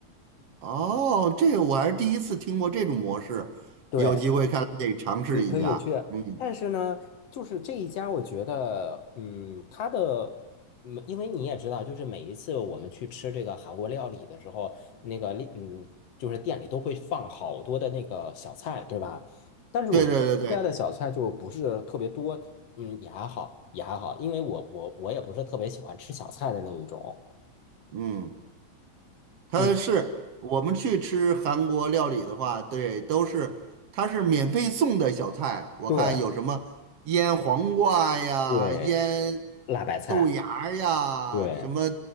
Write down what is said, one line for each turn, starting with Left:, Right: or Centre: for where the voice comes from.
Right: 哦，这个我还是第一次听过这种模式，
Left: 对，
Right: 有机会看来得尝试一下。
Left: 你可以去，
Right: 嗯。
Left: 但是呢，就是这一家，我觉得，嗯，它的，嗯，因为你也知道，就是每一次我们去吃这个韩国料理的时候，那个，嗯，就是店里都会放好多的那个小菜，对吧？但是我觉得这家的小菜就不是特别多，
Right: 对对对对，
Left: 嗯，也还好，也还好，因为我我我也不是特别喜欢吃小菜的那一种，
Right: 嗯，它是我们去吃韩国料理的话，
Left: 嗯，
Right: 对，都是它是免费送的小菜，我看有什么腌黄瓜呀、
Left: 对对，
Right: 腌
Left: 辣白菜，
Right: 豆芽儿呀、
Left: 对
Right: 什么